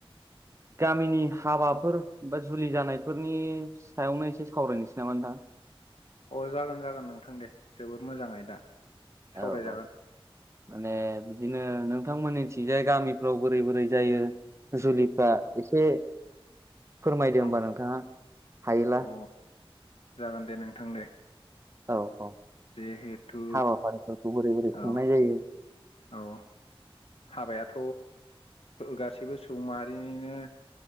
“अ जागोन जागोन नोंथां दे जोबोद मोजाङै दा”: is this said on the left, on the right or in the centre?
Left